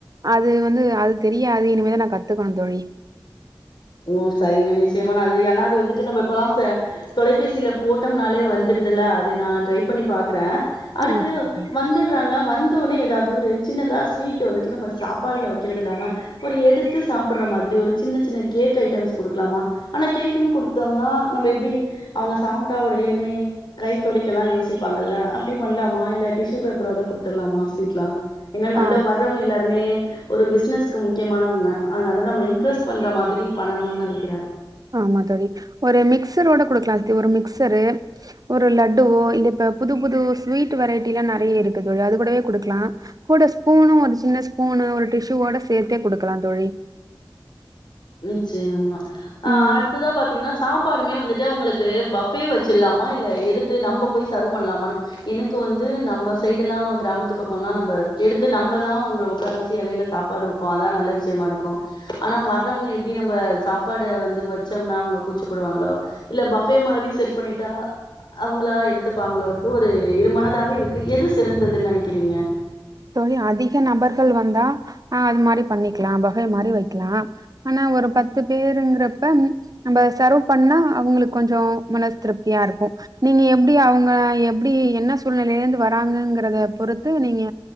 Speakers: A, on the right (about 50°); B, on the left (about 65°).
A: அது வந்து அது தெரியாது இனிமேதா நா கத்துக்கணு தோழி
B: ஓ சரிங்க நிச்சயமா நா அது ஏனா அது வந்துட்டு நம்ப இப்பதா சா தொலைப்பேசில போட்டம்னாலே வந்துடுதுல்ல அது நா ட்ரை பண்ணி பாக்குறே அடுத்து
A: ஆ சரி தோழி.
B: வந்துட்றாங்க வந் ந்தோனே எதாவ்து ஒரு சின்னதா ஸ்வீட்டு வந்துட்டு நம்ப சாப்பாடுல வக்கிறதில்லாம ஒரு எடுத்து சாப்பிட்ற மாதிரி ஒரு சின்ன சின்ன கேக் ஐட்டம்ஸ் குடுக்லாமா ஆனா கேக்குன்னு குடுத்தம்னா நம்ம எப்டி அவுங்க சாப்டா ஒடேனே கை தொடைக்கலா யோசிப்பாங்கல்ல அப்டி பண்லாமா இல்ல டிஷ்யூ பேப்பரோட குடுத்துட்லாமா ஸ்வீட்லா ஏனா நல்ல
A: ஆ
B: வர்றவ்ங்க எல்லாருமே ஒரு பிஸ்னஸ்க்கு முக்கியமானவ்ங்க அதனால நம்ம இம்ப்ரெஸ் பண்ற மாதி ரி பண்ணனூன் நெனைக்கிறே
A: ஆமா தோழி ஒரு மிக்சரோட குடுக்கலா தோ ஒரு மிக்சரு ஒரு லட்டுவோ இல்ல இப்ப புது புது ஸ்வீட் வெரைட்டிலா நெறைய இருக்குதுல அது கூடவே குடுக்லா கூட ஸ்பூனு ஒரு சின்ன ஸ்பூனு ஒரு டிஷூவோட சேத்தே குடுக்கலா தோழி
B: நிச்சயமா ஆ
A: ம்
B: அடுத்ததா பா த்தீங்கனா சாப்பாடுமே வந்துட்டு அவ்ங்களுக்கு பஃபே வச்சிர்லாமா இல்ல எடுத்து நம்ப போய் சர்வ் பண்ணலாமான்னு எனக்கு வந்து நம்ப சைடுலா கிராமத்து பக்கனா நம்ப எடுத்து நம்பதா அவ்ங்கள ஒக்கார வச்சு எலைல சாப் நாடு வெப்போ அதா நல்ல விஷ்யமா இருக்கு ஆனா வர் வர்றவ்ங்க எப்டி நம்ப சாப்பாடு வந்து வச்சம்னா அவ்ங்க கூச்சப்படுவாங்களோ இல்ல பஃபே மாரி செட் பண்ணிட்டா அவ்ங்களா எடுத்துப்பாங்களோன்ட்டு ஒரு இருமனதாவே இருக்கு எது சிறந்ததுன் நெனைக்கிறீங்க
A: தோழி அதிக நபர்கள் வந்தா ஆ அது மாரி பண்ணிக்லா பஃபே மாரி வைக்லா ஆனா ஒரு பத்து பேருங்குறப்ப ம் நம்ப சர்வ் பண்ணா அவ்ங்களுக்கு கொஞ்ச மனஸ் திருப்தியா இருக்கு நீங்க எப்டி அவ்ங்க எப்டி என்ன சூழ்நிலையிலருந்து வராங்கங்கிறத பொறுத்து நீங்க